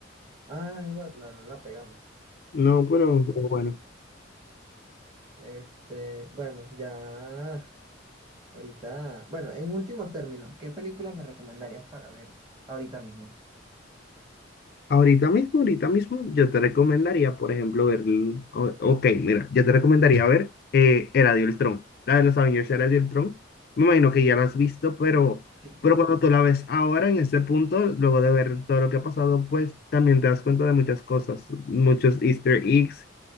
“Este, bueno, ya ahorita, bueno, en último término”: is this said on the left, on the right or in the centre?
Right